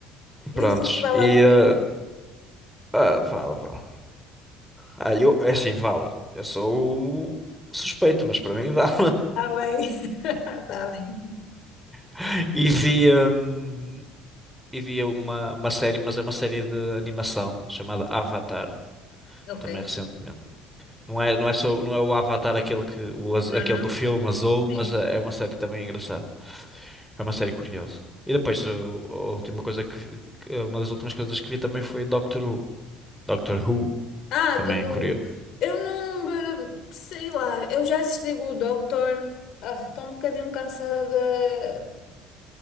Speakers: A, on the left; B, in the centre.
A: Não
B: Prontos,
A: sei se vale
B: e
A: a pena.
B: ah, ah, vale, vale. Ah, eu, é assim, vale. Eu sou o suspeito, mas para mim vale.
A: Está bem. <laughs> Está bem.
B: <laughs> E vi. hum, E vi uma, uma série, mas é uma série de animação chamada Avatar,
A: Ok.
B: também recentemente. Não é, não é só, não é o Avatar aquele que, o, az-
A: Não,
B: aquele
A: não.
B: do filme Azul, mas
A: Sim.
B: é é uma série também engraçada. É uma série curiosa. E depois o- a última coisa que, vi- que- uma das últimas coisas que vi também foi Doctor Who. Doctor Who
A: Ah,
B: também
A: Dudu,
B: é curioso.
A: eu não, eh, sei lá, eu já assisti o Doctor, Ah, estou um bocadinho cansada da-